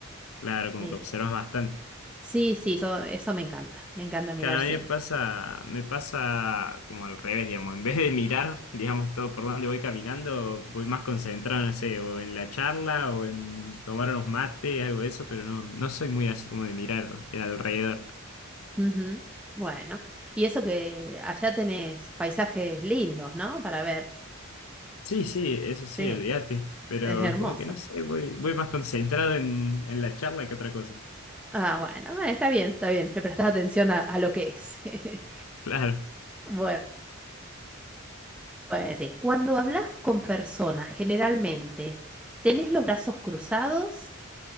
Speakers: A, on the left; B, in the centre.
A: Claro, como
B: Eh,
A: que observas bastante.
B: sí, sí, eso, eso me encanta. Me encanta mirar
A: Claro, a
B: siempre.
A: mí me pasa, me pasa como al revés, digamos. En vez de mirar, digamos, todo por donde voy caminando, voy más concentrado, no sé, o en la charla o en tomar unos mates, algo de eso, pero no, no soy muy así como de mirar el alrededor.
B: Ujú. Bueno, y eso que allá tenés paisajes lindos, ¿no? Para ver.
A: Sí, sí, eso
B: Sí,
A: sí, olvídate. Pero
B: es hermoso.
A: es como que no sé, voy, voy más concentrado en, en la charla que otra cosa.
B: Ah, bueno, eh, está bien, está bien. Le prestás atención a, a lo que es. <laughs>
A: <laughs> Claro.
B: Bueno, bueno, dice, cuando hablas con personas, generalmente, ¿tenés los brazos cruzados?